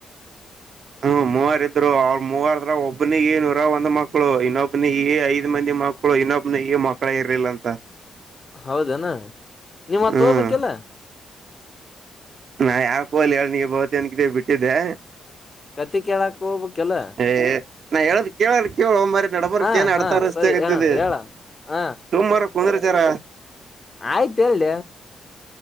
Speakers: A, on the right; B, on the left.
A: ಹ್ಮ ಮೂವರ್ ಇದ್ರು ಅವ್ರ ಮೂವರ್ ಒಬ್ಬನಿಗೆ ಏನು ಒಂದ್ ನೂರ್ ಒಂದು ಮಕ್ಕಳುಮಕ್ಕಳು ಇನ್ನೊಬ್ನ ಈ ಐದ್ ಮಂದಿ ಮಕ್ಕಳು ಇನ್ನೊಬ್ನ ಈ ಮಕ್ಕಳ ಇರ್ಲಿಲ್ಲ ಅಂತ
B: ಹೌದನಾ ನೀವ್ ಹತ್
A: ಹ್ಮ್
B: ಹೋಗ್ಬೇಕಲ್ಲ
A: ನಾ ಯಾಕು ಅಲ್ಲಿ ಹೇಳನ ಬತನ್ಗ ಬಿಟ್ಟಿದ್ದೆ
B: ಅತಿ ಕೇಳಕ್ಕೆ ಹೋಗಬೇಕಿಲ್ಲ
A: ಹ ನಾ ಹೇಳದ್ ಕೇಳದ ಕೇಳುವ ಮ ನಡಬರ್
B: ಹ
A: ನ್ ಅಡ್ತಾರ
B: ಹಾ
A: ರಸ್ತೆ
B: ಸರಿ
A: ಆಗತ್ತಿದೆ
B: ಹ ಹೇಳ ಹ
A: ಸುಮಾರ ಕುಂದ್ರಚಾರ
B: ಆಯ್ತ್ ಹೇಳಿ